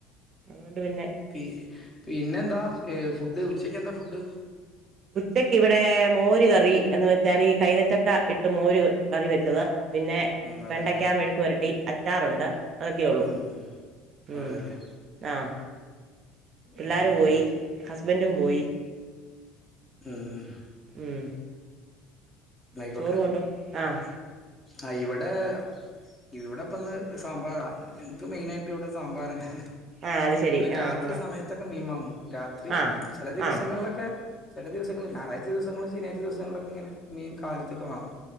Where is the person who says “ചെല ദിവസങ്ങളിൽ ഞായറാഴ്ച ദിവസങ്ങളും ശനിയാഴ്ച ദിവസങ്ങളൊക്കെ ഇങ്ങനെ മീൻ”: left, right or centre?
Left